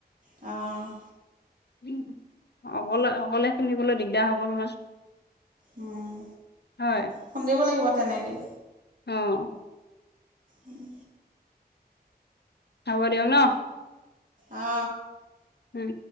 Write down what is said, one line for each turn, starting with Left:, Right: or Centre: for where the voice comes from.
Right: অ'।
Left: উম, অকলে অকলে শুনিবলৈ দিগদাৰ হ'ব নহয়।
Right: উম।
Left: হয়
Right: খুন্দিব লাগিব তেনেকেই।
Left: অ'।
Right: উম।
Left: হব দিয়ক ন'?
Right: অ'।
Left: উম।